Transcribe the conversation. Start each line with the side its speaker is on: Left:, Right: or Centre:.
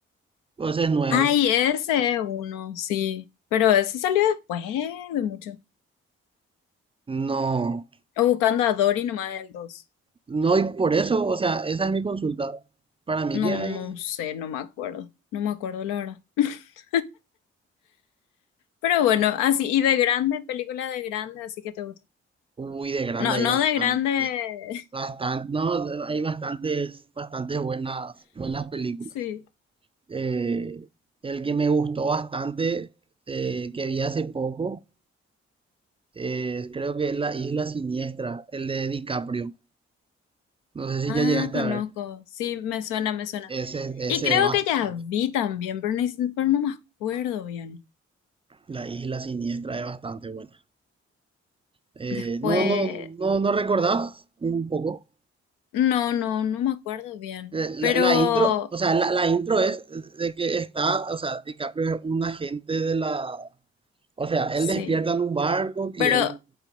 Right: o ese es nuevo.
Left: Ay, ese es uno, sí. Pero ese salió después de mucho.
Right: No,
Left: O buscando a Dory nomás del dos
Right: no, y por eso, o sea, esa es mi consulta. Para mí
Left: No,
Right: que
Left: no
Right: hay,
Left: sé, no me acuerdo. No me acuerdo, la verdad. <laughs> Pero bueno, así, y de grande, película de grande, así que te gusta.
Right: uy, de grande
Left: No,
Right: hay
Left: no
Right: bastante,
Left: de grande. <laughs>
Right: bastante, no, hay bastantes, bastantes buenas, buenas películas.
Left: Sí.
Right: Eh, el que me gustó bastante, eh, que vi hace poco, eh, creo que es La Isla Siniestra, el de DiCaprio. No sé si
Left: Ah,
Right: ya llegaste
Left: conozco.
Right: a ver.
Left: Sí, me suena, me suena.
Right: Ese, ese
Left: Y creo
Right: es bastante.
Left: que ya vi también, pero, ni- pero no me acuerdo bien.
Right: La Isla Siniestra es bastante buena. Eh,
Left: Después,
Right: no, no, no, no recordás un poco.
Left: no, no, no me acuerdo bien.
Right: Eh,
Left: Pero,
Right: la, la intro, o sea, la, la intro es de que está, o sea, DiCaprio es un agente de la, o sea,
Left: sí.
Right: él despierta en un barco y
Left: Pero,
Right: él